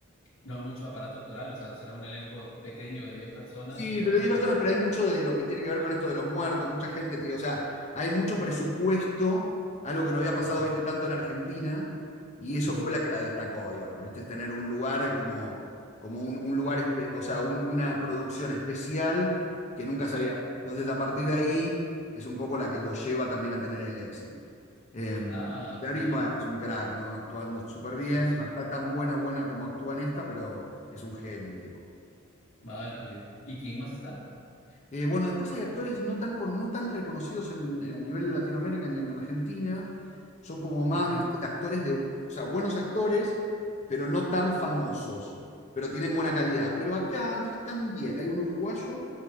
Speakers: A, on the left; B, on the left.
A: no hay mucho aparato actoral, o sea, será un elenco pequeño de diez personas
B: Sí,
A: y de
B: pero
A: ahí
B: hay personas,
A: todos.
B: pero hay mucho de lo que tiene que ver con esto de los muertos, mucha gente tío, o sea, hay mucho presupuesto, algo que no había pasado,
A: Ujú.
B: viste, tanto en Argentina, y eso
A: Ujú.
B: fue la que la destacó, digamos, viste, es tener un lugar como, como un, un lugar, espe- o sea, un- una producción especial que nunca
A: Sí.
B: se había. Entonces, a partir de ahí, es un poco la que lo lleva también a tener el éxito. Em,
A: Ah,
B: Darín,
A: qué genial.
B: bueno, es un crack, ¿no? Actuando súper bien,
A: Sí, sí.
B: no está tan buena, buena como actúa en esta, pero es un genio el tipo.
A: Vale. ¿Y quién más está?
B: Eh, bueno, después hay actores no tan, con- no tan reconocidos en, eh, a nivel Latinoamérica ni en Argentina. Son como más,
A: Ujú.
B: ¿viste? Actores de, o sea, buenos actores, pero no tan famosos, pero tienen buena calidad. Pero acá no es tan bien. Hay un uruguayo